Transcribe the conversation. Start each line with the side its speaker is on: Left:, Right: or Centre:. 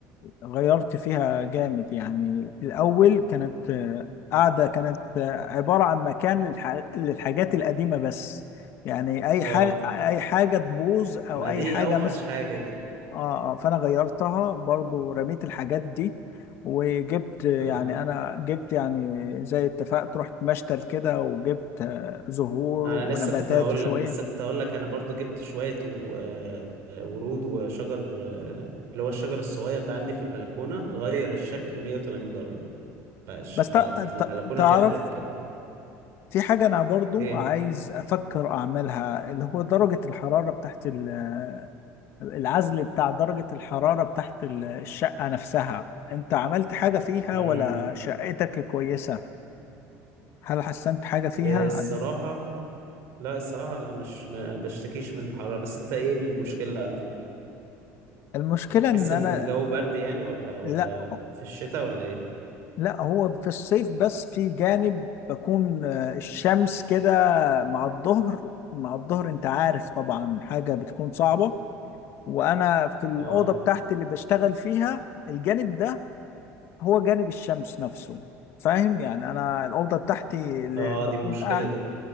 Left: غيرت فيها جامد يعني الاول كانت آه، قاعده كانت آه، عباره عن مكان للح- للحاجات القديمه بس يعني اي
Right: اه
Left: حاجه اي حاجه تبوظ او
Right: ما
Left: اي
Right: دي
Left: حاجه
Right: أوحش حاجة دي
Left: اه اه فانا غيرتها برضو رميت الحاجات دي وجبت يعني
Right: اه
Left: انا جبت يعني زي اتفقت رحت مشتل كده وجبت آه، زهور
Right: انا
Left: ونباتات
Right: لسه كنت هقول
Left: شوية
Right: لك لسه كنت هقول لك انا برضو جبت شوية و- آه، ورود وشجر آه، اللي هو الشجر الصغير ده عندي في البلكونة غير الشكل 180 درجة بقاش-
Left: بس
Right: بقت
Left: تع-
Right: البلكونة
Left: تع- تعرف
Right: تفرح كده
Left: في حاجة انا برضو
Right: ايه
Left: عايز افكر اعملها اللي هو درجة الحرارة بتاعت ال- العزل بتاع درجة الحرارة بتاعت ال- الشقة نفسها انت عملت حاجة فيها
Right: امم
Left: ولا شقتك كويسة هل حسنت حاجة فيها
Right: إيه الصراحة لا الصراحة انا مش ما بشتكيش من الحرارة بس انت ايه المشكلة عندك
Left: المشكلة
Right: بتحس
Left: ان انا
Right: ان الجو برد يعني ولا ولا
Left: لا
Right: في الشتاء ولا ايه
Left: لا هو في الصيف بس في جانب بكون آه، الشمس كده مع الظهر مع الظهر انت عارف طبعا حاجة بتكون صعبة وانا في الأوضة
Right: اه
Left: بتاعتي اللي بشتغل فيها الجانب ده هو جانب الشمس نفسه فاهم يعني انا الأوضة بتاعتي اللي
Right: اه
Left: بكون
Right: دي مشكلة
Left: قاعد
Right: دي